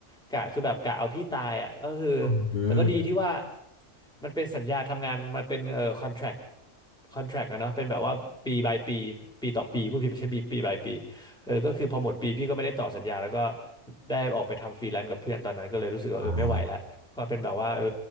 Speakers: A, in the centre; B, on the left.
A: กะคือแบบกะเอาพี่ตายอ่ะก็คือ
B: อืม
A: แต่ก็ดีที่ว่ามันเป็นสัญญาทำงานมันเป็นเอ่อคอนแทรคคอนแทรคอะเนาะเป็นแบบว่าปีบายปีปีต่อปีผู้พิดไม่ใช่ปีปีบายปีเออก็คือพอหมดปีพี่ก็ไม่ได้ต่อสัญญาแล้วก็ได้ออกไปทำฟรีแลนซ์กับเพื่อนตอนนั้นก็เลยรู้สึกว่าเออไม่ไหวแล้วก็เป็นแบบว่าเออ
B: อ่า